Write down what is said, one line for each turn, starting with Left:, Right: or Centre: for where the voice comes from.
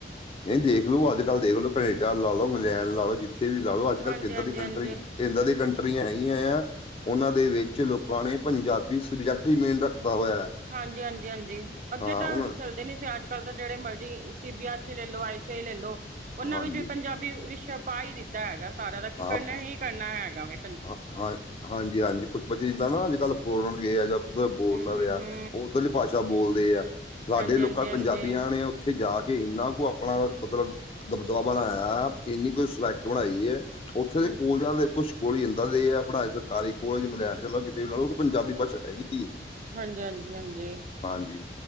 Left: ਨਈਂ ਦੇਖਲੋ ਅੱਜ-ਕੱਲ੍ਹ ਦੇਖ ਲੋ, ਕੈਨੇਡਾ ਲਾ ਲਓ, ਇੰਗਲੈਂਡ ਲਾ ਲਓ ਜਿਥ ਇੱਥੇ ਵੀ ਲਾ ਲਓ ਅੱਜ-ਕੱਲ੍ਹ
Right: ਹਾਂਜੀ
Left: ਕੇਂਦਾ
Right: ਹਾਂਜੀ
Left: ਦੀ ਕੰਟਰੀ,
Right: ਹਾਂਜੀ
Left: ਐਦਾਂ ਦੀ ਕੰਟਰੀਆਂ ਹੈਗੀਆਂ ਆ। ਉਹਨਾਂ ਦੇ ਵਿੱਚ ਲੋਕਾਂ ਨੇ ਪੰਜਾਬੀ ਸਬਜੈਕਟ ਵੀ ਮੇਨ ਰੱਖਦਾ ਹੋਇਆ।
Right: ਹਾਂਜੀ ਹਾਂਜੀ ਹਾਂਜੀ, ਅੱਗੇ
Left: ਹਾਂ
Right: ਤਾਂ
Left: ਉਹਨਾਂ
Right: ਚੱਲਦੇ ਨੀ ਸੀ ਅੱਜ ਤਾਂ ਜਿਹੜੇ ਮਰਜ਼ੀ ਸੀ ਬੀ ਐਸ ਈ ਲੈ ਲਓ, ਆਈ ਸੀ ਆਈ ਲੈ ਲਓ, ਉਹਨਾਂ
Left: ਹਾਂਜੀ
Right: ਵਿੱਚ ਵੀ ਪੰਜਾਬੀ ਵੀ ਵਿਸ਼ ਪਾ ਹੀ ਦਿੱਤਾ ਹੈਗਾ ਸਾਰਿਆਂ ਦਾ, ਕਿ
Left: ਹਾਂ
Right: ਕਰਨਾ ਹੀ ਕਰਨਾ ਹੈਗਾ ਵ।
Left: ਹਾਂ ਹਾਂ, ਹਾਂਜੀ ਹਾਂਜੀ, ਕੁਛ ਬੱਚੇ ਜਦਾ ਨਾ ਅੱਜ ਕੱਲ੍ਹ ਫੋਰਨਰ ਗਏ ਆ ਜਾਂ ਉ ਬੋਲਨ
Right: ਹੂੰ ਹੂੰ
Left: ਆ
Right: ਹੂੰ
Left: ਉਹ ਉੱਧਰਲੀ ਭਾਸ਼ਾ ਬੋਲਦੇ ਆ, ਸਾਡੇ
Right: ਹਾਂਜੀ
Left: ਲੋਕਾਂ
Right: ਹਾਂਜੀ
Left: ਪੰਜਾਬੀਆਂ
Right: ਹਾਂਜੀ ਹੂੰ
Left: ਨੇ ਉੱਥੇ ਜਾ ਕੇ ਇੰਨਾ ਕੁ ਆਪਣਾ
Right: ਹੂੰ
Left: ਮਤਲਬ ਦਬਦਬਾ ਬਣਾਇਆ, ਇੰਨੀ ਕੋਈ ਸਜੈਕਟ ਬਣਾਈ ਹੈ ਉੱਥੇ ਦੇ
Right: ਹੂੰ
Left: ਸਕੂਲ ਜਾਂ, ਕੁਛ ਕੋਲ ਹੀ ਜਾਂਦਾ ਦੇ ਹੈ ਪੜ੍ਹਾਈ ਸਰਕਾਰੀ ਕੋਲ ਇੰਗਲੈਂਡ 'ਚ ਲੋਂ ਕਿਤੇ ਵੀ ਨਾਲ, ਉਹ ਪੰਜਾਬੀ ਭਾਸ਼ਾ ਹੈਗੀ। ਹੈ
Right: ਹਾਂਜੀ, ਹਾਂਜੀ ਹਾਂਜੀ।
Left: ਹਾਂਜੀ,